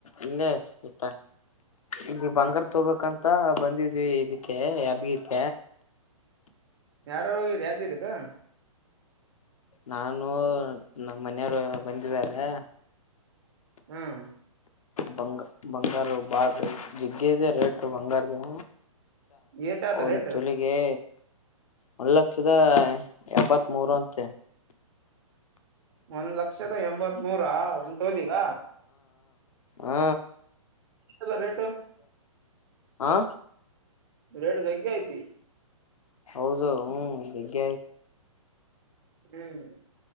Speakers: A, on the left (about 75°); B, on the right (about 50°).
A: ಇಲ್ಲೇ ಸ್ಪ ಇಲ್ಲಿ ಬಂಗಾರ ತೋಗಬೇಕಂತ ಬಂದಿದ್ೀವಿ ಇದಕ್ಕೆ ಯಾದ್ಗಿಕ
B: ಯಾರಾರು ಹೋಗರಿ ಯಾವ್ದೀರಿಕ್ಕ
A: ನಾನು ನಮ್ಮ ಮನೆಯವರು ಬಂದಿದ್ದಾರೆ
B: ಹ್ಮ್
A: ಬಂಗ ಬಂಗಾರ ಬಾ ಜಿಗ್ಗ ಇದೆ ರೇಟ್ ಬಂಗಾರ ಊ
B: ಏಟ ಅದ
A: ಒಂದ
B: ರೇಟ್
A: ತೊಲಿಗೆ ಒಂದ್ ಲಕ್ಷದ ಎಂಬತ್ ಮೂರು ಅಂತೆ
B: ಒಂದ್ ಲಕ್ಷದ ಎಂಬತ್ ಮೂೂರ ಒಂದ ತೋಲಿಿಗ
A: ಹ್ಮ
B: ಎಲ್ಲ ರೇಟ
A: ಆ
B: ರೇಟು ಜಗ್ಗೆ ಐತಿ
A: ಹೌದು ಹ್ಮ್ ಬೆಗ್ಗ
B: ಹ್ಮ್